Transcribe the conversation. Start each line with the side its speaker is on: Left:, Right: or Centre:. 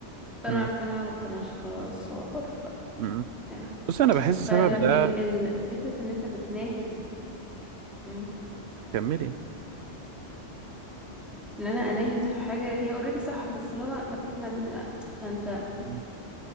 Centre: اقتنع
Right: مم،
Centre: اقتنع ما اقتنعش خلاص هو حر بقى
Right: مم.
Centre: فاهم
Right: بص انا بحس السبب
Centre: فالفكرة
Right: ده
Centre: ان انت بتناهد مم.
Right: كملي
Centre: ان انا اناهد في حاجة هي اوريدي صح بس اللي هو هتقنع مين فانت
Right: مم،